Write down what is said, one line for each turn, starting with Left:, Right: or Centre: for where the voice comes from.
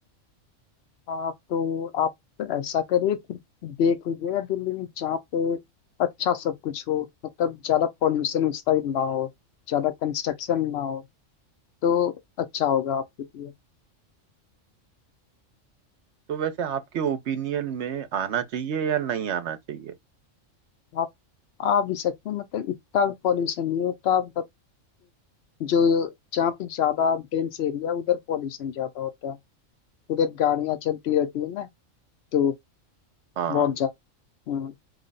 Left: आप तो आप तो ऐसा करिए कि देख लीजिएगा दिल्ली में जहाँ पे अच्छा सब कुछ हो मतलब ज्यादा पॉल्यूशन उस साइड ना हो ज्यादा कंस्ट्रक्शन ना हो तो अच्छा होगा आपके लिए
Right: तो वैसे आपके ओपिनियन में आना चाहिए या नहीं आना चाहिए
Left: आप आ भी सकते हैं मतलब इतना भी पॉल्यूशन नहीं होता बट जो जहाँ पे ज्यादा डेंस एरिया उधर पॉल्यूशन ज्यादा होता है उधर गाड़ियां चलती रहती है ना तो
Right: हाँ
Left: बहुत ज्यादा हाँ,